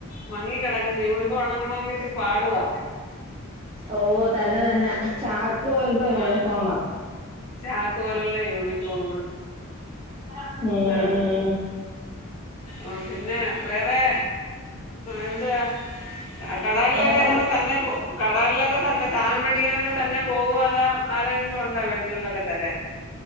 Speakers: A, on the left (about 70°); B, on the right (about 25°).
A: മങ്ങി കെടക്കുന്ന യൂണിഫോം ഉണങ്ങണങ്കി ഇത്തിരി പാടുവാ
B: ഓ തന്നെ തന്നെ ചാക്ക് പോലത്തെ യൂണിഫോമാ
A: ആ, ചാക്ക് പോലുള്ള യൂണിഫോമ്
B: ഉം
A: അ
B: ഉം
A: ആ പിന്നെ വേറെ എന്ത്വാ കടകളിലൊക്കെ
B: വേറെ
A: അങ്ങനെ തന്നെ പോ കടകളിലൊക്കെ തന്നെ സാധനം മേടിക്കാനൊക്കെ തന്നെ പോകുവാ ആരെങ്കിലും ഉണ്ടാ വേടിച്ചോ ണ്ടൊക്കെ തരാൻ